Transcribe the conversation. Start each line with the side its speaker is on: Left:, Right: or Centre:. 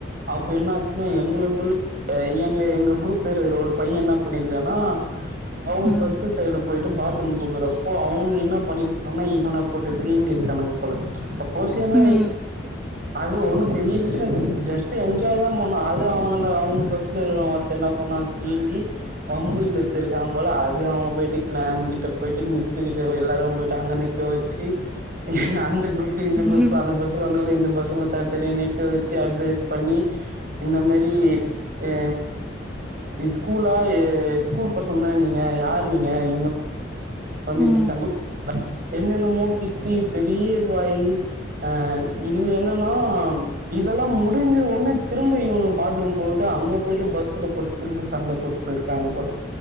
Right: அப்ப என்னா ஆச்சுன்னா எங்குளுக்குள்ள எங்க எங்க குரூப்ல இருக்கற ஒரு பைய என்ன பண்ணிருக்கான்னா அவுங்க
Centre: ம் ம்
Right: பஸ்ஸு சைடு போய்ட்டு பாத்ரூம் போகுறப்போ அவுனுங்க என்னா பண்ணிருக்கான்னா இவன போட்டு சீண்டி இருக்கானுங்க போல சப்போஸ் என்ன
Centre: ம்
Right: அது ஒண்ணு பெரிய விஷயம் ஜஸ்ட்டு என்ஜாய் தா பன்னா அது அவுனுங்கள அவுங்க பஸ்சுல இருக்கற ஒருத் த்த என்னா பண்ணா சீண்டி வம்புலுத்து இருக்கான் போல அது அவுங்க போயிட்டு மேம் கிட்ட போய்டிட்டு மிஸ்ஸு கிட்ட போய் எல்லாரும் போயிட்டு அங்க நிக்க வச்சி அந்த குரூப் இந்த
Centre: ம்
Right: குரூப் அந்த பஸ் த்துருகானுங்கள்ள இந்த பஸ்ங்கள தனி தனியாநிக்க வச்சி அட்வைஸ் பண்ணி இந்த மேரி ஏ இ ஸ்கூலா ஸ்கூல் பசங்க தான நீங்க யாரு நீங்க இங்க வந்து
Centre: ம்
Right: இப்டி சண்ட <inaudible> என்னன்னமோ திட்டி பெரிய இதுவாயி ஆ இதுல என்னன்னா இதெல்லாம் முடிஞ்ச ஒட்னே திரும்ப இவுங்க பாத்ரூம் போயிட்டு அங்க போயிட்டு பஸ்ல போட் திரும்ப சண்ட போட்ன்னுருக்காங்க போல